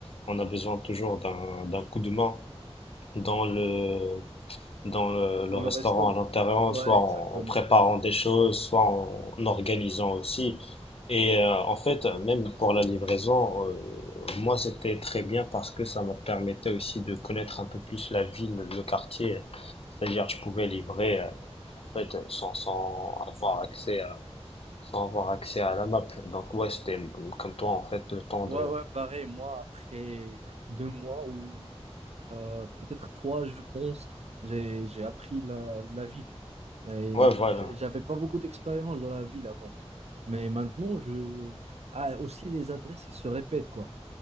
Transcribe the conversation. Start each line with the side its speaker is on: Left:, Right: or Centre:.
Left: on a besoin toujours d'un d'un coup de main dans le dans le,
Right: Dans
Left: le restaurant
Right: le resto.
Left: à l'intérieur,
Right: Ouais,
Left: soit
Right: exactement.
Left: en, en préparant des choses, soit en, en organisant aussi. Et euh, en fait, même pour la livraison, euh, moi c'était très bien parce que ça me permettait aussi de connaître un peu plus la ville, le quartier. C'est-à-dire, je pouvais livrer euh, en fait sans, sans avoir accès à, sans avoir accès à la map. Donc ouais, c'était euh, comme toi en fait le temps
Right: Ouais,
Left: de.
Right: ouais, pareil, moi, après deux mois ou euh, peut-être trois, je pense, j'ai, j'ai appris la, la ville. Et
Left: Ouais, voilà,
Right: j'- j'avais pas beaucoup d'expérience dans la ville avant. Mais maintenant, je... Ah, aussi, les adresses, ils se répètent, quoi.